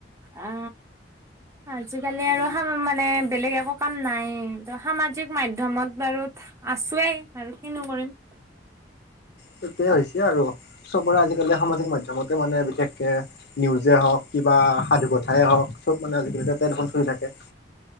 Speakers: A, on the right; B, on the left.
A: অ'। আজিকালি আৰু সাম মানে বেলেগ একো কাম নাই, ত সামাজিক মাধ্যমত বাৰু আছোৱেই আৰু কিনো কৰিম।
B: সেইটোয়ে হৈছে আৰু, চবৰে আজিকালি সামাজিক মাধ্যমতে মানে বিশেষকে নিউজে হওঁক, কিবা সাধু কথাই হওঁক, চব মানে আজিকালি তাতে দেখোন চলি থাকে।